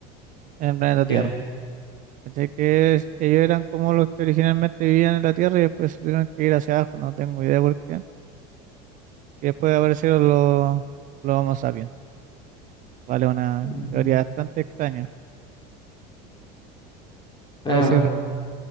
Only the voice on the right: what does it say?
en el planeta
Tierra. ¿Cachai? Que es- ellos eran como los que originalmente vivían en la Tierra y después se tuvieron que ir hacia abajo, no tengo idea por qué Y después aparecieron los, los Homo sapiens. Vale, una
teoría bastante extraña,
a decir
verdad,